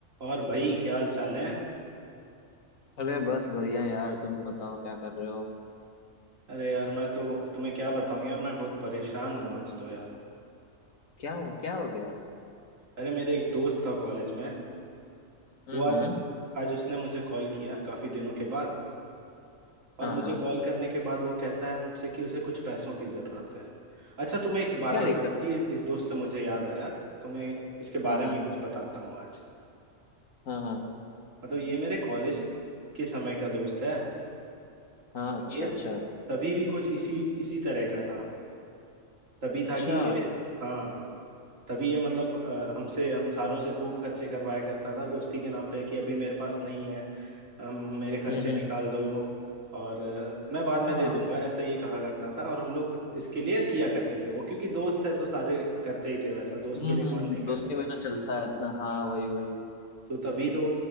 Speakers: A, on the right; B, on the left.
A: और भाई क्या हाल चाल है
B: अरे बस बढ़िया यार तुम बताओ क्या कर रहे हो
A: अरे यार मैं तो तुम्हें क्या बताऊं यार मैं बहुत परेशान हूँ आज तो यार
B: क्या हो क्या हो गया
A: अरे मेरे एक दोस्त था कॉलेज में
B: हम्म
A: वो आज
B: हम्म
A: आज उसने मुझे कॉल किया काफी दिनों के बाद और
B: हाँ
A: मुझे
B: हाँ
A: कॉल करने के बाद वो कहता है मुझसे कि उसे कुछ पैसों की जरूरत है अच्छा तुम्हें एक बात
B: तो क्या
A: बतानी
B: दिक्कत
A: थी इस इस दोस्त से मुझे याद आया तुम्हें इसके
B: हाँ
A: बारे
B: हाँ
A: में कुछ बताता हूँ आज
B: हाँ हाँ
A: मतलब ये मेरे कॉलेज के समय का दोस्त है
B: हाँ
A: और
B: अच्छा
A: ये
B: अच्छा
A: तभी भी कुछ इसी इसी तरह का था तभी
B: अच्छा
A: था कि ये हाँ तभी ये मतलब अ, हमसे हम सारों से खूब खर्चे करवाया करता था दोस्ती के नाम पे कि अभी मेरे पास नहीं है हम मेरे खर्चे
B: हम्म हम्म
A: निकाल दो और अ, मैं बाद
B: अच्छा
A: में दे दूंगा ऐसा ये कहा करता था और हम लोग इसके लिए किया करते थे वो क्योंकि दोस्त है तो सारे करते ही थे वैसा दोस्त
B: हम्म
A: के लिए
B: हम्म
A: कौन
B: हम्म,
A: नहीं
B: दोस्ती
A: करता
B: में
A: है
B: तो चलता है इतना हाँ
A: हाँ।
B: वही वही
A: तो तभी तो